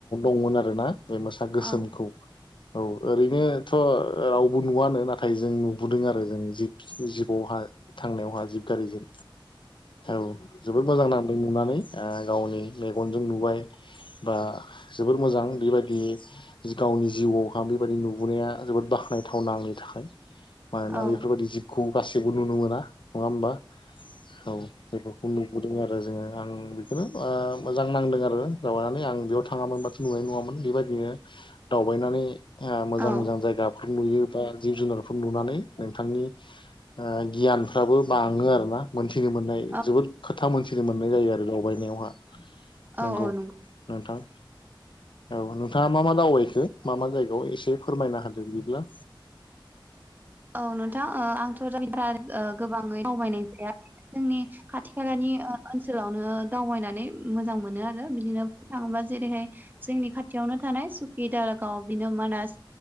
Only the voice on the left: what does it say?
बुंगोन आरोना बे मोसा गोसोमखौ।
औ ओरैनोथ रावबो नुवनो नाथाय जों नुबोदों आरो जों जिब जिबआवहाय थांनायावहा जिबगारिजों औ जोबोद मोजां नांदों नुनानै ओ गावनि मेगनजों नुबाय बा जोबोर मोजां बेबायदि गावनि जिउआवहा बेबायदि नुबोनाया जोबोद बाख्नायथावना आंनि था- खाय मानोना
बेफोरबायदि जिबखौ गासैबो नुनो मोना नङा होमबा औ जायफोरखौ नुदों आरो जोङो आं बेखौनो मोजां नांदों आरो माबानानै आं बेयाव थाङामोनबाथ नुनाय नङामोन बेबायदिनो दावबायनानै ओ मोजां
मोजां जायगा नुयो बा जिब जुनारफोर नुनानै नोंथांनि ओ गियानफ्राबो बाङो आरोना मोनसे मोनथिनो मोननाय
जोबोद खोथा मोनथिनो मोननाय जायो आरो दावबायनायावहा
नंगौ
नोंथां औ नोंथाङा मा मा दावबायखो मा मा जायगायाव एसे फोरमायना होदो बिदिब्ला